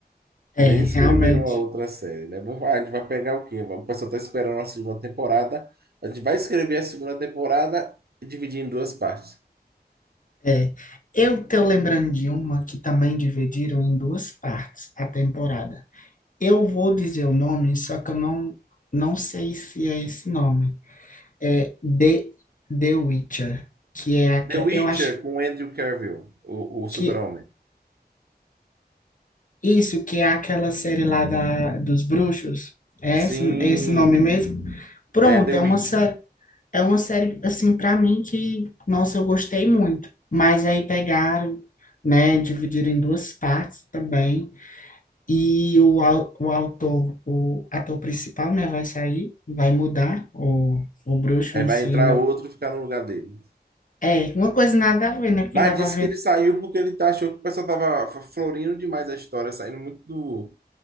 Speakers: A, on the left (about 50°); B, on the right (about 65°).
A: É,
B: Nem
A: realmente.
B: escreveram a outra série, né? Vamos- ah, A gente vai pegar o quê? O pessoal tá esperando a segunda temporada. A gente vai escrever a segunda temporada e dividir em duas partes.
A: É, eu tô lembrando de uma que também dividiram em duas partes a temporada. Eu vou dizer o nome, só que eu não, não sei se é esse nome. É The, The Witcher, que é aque-
B: The Witcher
A: eu acho
B: com Andrew Cavill, o, o
A: que
B: super-homem.
A: isso que é aquela série lá da, dos bruxos. É
B: Sim,
A: esse, é esse nome mesmo? Pronto,
B: é The
A: é
B: Witcher.
A: uma série, é uma série assim para mim que, nossa, eu gostei muito. Mas aí pegaram, né, dividiram em duas partes também. E o, au- o autor, o ator principal, né, vai sair, vai mudar, o, o bruxo
B: Aí
A: em
B: vai
A: si
B: entrar
A: não...
B: outro e ficar no lugar dele.
A: É, uma coisa nada a ver, né, porque
B: Mas
A: dá para
B: disse
A: ver
B: que ele saiu porque ele tá- achou que o pessoal tava f- florindo demais a história, saindo muito do